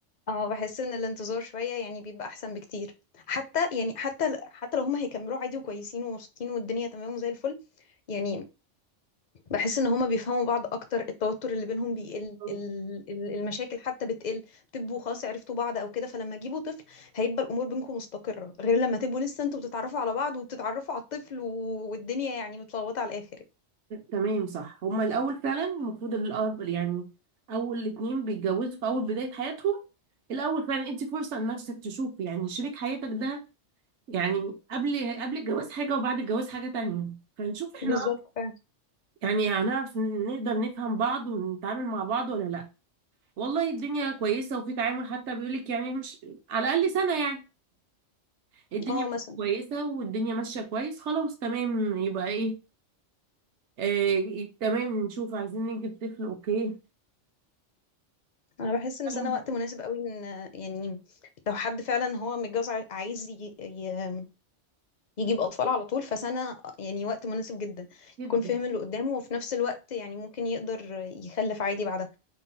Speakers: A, on the left (about 50°); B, on the right (about 70°).
A: اه بحس ان الانتظار شوية يعني بيبقى احسن بكتير حتى يعني حتى حتى لو هم هيكملوا عادي وكويسين ومبسوطين والدنيا تمام وزي الفل يعني بحس ان هما بيفهموا بعض اكتر التوتر اللي بينهم بيقل
B: آه،
A: ال- ال- المشاكل حتى بتقل بتبقوا خلاص عرفتوا بعض او كده فلما تجيبوا طفل هيبقى الامور بينكم مستقرة غير لما تبقوا لسه انتوا بتتعرفوا على بعض وبتتعرفوا على الطفل و- والدنيا يعني متلخبطة على الاخر
B: تمام صح هما الاول فعلا المفروض الاب يعني اول اتنين بيتجوزوا في اول بداية حياتهم الاول فعلا انت فرصة لنفسك تشوف يعني شريك حياتك ده يعني قبل قبل الجواز حاجة وبعد الجواز حاجة تانية فنشوف احنا
A: بالظبط فعلا
B: يعني هنعرف نقدر نفهم بعض ونتعامل مع بعض ولا لا والله الدنيا كويسة وفي تعامل حتى بيقولك يعني مش على الأقل سنة يعني الدنيا
A: اه
B: مش
A: مثلا
B: كويسة والدنيا ماشية كويس خلاص تمام يبقى ايه آه تمام نشوف عايزين نجيب طفل اوكي
A: انا بحس ان سنة
B: آه،
A: وقت مناسب قوي ان يعني لو حد فعلا هو متجوز ع- عايز ي- ي- يجيب اطفال على طول فسنة يعني وقت مناسب جدا
B: جدا
A: يكون فاهم اللي قدامه وفي نفس الوقت يعني ممكن يقدر يخلف عادي بعدها